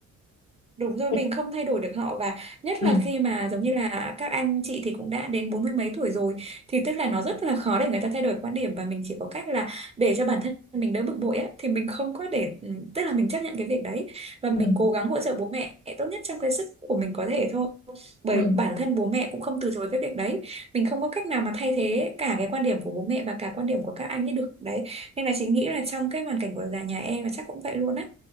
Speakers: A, on the right; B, on the left.
A: Đúng rồi,
B: Cái-
A: mình không thay đổi được họ và nhất
B: ừ,
A: là khi mà giống như là các anh chị thì cũng đã đến bốn mươi mấy tuổi rồi thì tức là nó rất là khó để người ta thay đổi quan điểm và mình chỉ có cách là để cho bản thân mình đỡ bực bội á thì mình không có để ừ, tức là mình chấp nhận cái việc đấy và mình
B: ừ,
A: cố gắng hỗ trợ bố mẹ tốt nhất trong cái sức của mình có thể thôi. Bởi
B: ừ.
A: bản thân bố mẹ cũng không từ chối cái việc đấy. Mình không có cách nào mà thay thế cả cái quan điểm của bố mẹ và cả quan điểm của các anh ấy được đấy. Nên là chị nghĩ là trong cái hoàn cảnh của già nhà em là chắc cũng vậy luôn á.